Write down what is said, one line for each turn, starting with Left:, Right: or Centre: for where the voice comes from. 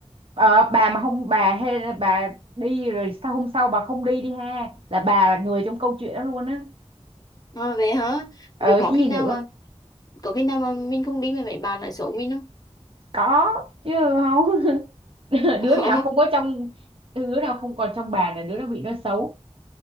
Right: Ờ, bà mà không bà hay bà đi rồi sao hôm sau bà không đi đi ha là bà là người trong câu chuyện đó luôn á
Left: à, về hả
Right: ờ
Left: rồi có
Right: chứ
Left: khi
Right: gì
Left: nào
Right: nữa
Left: mà có khi nào mà mình không đi mà mấy bạn lại xấu mình không
Right: có chứ không <laughs>
Left: <laughs>
Right: đứa
Left: ờ
Right: nào không có trong đứa nào không còn trong bà là đứa đó bị nó xấu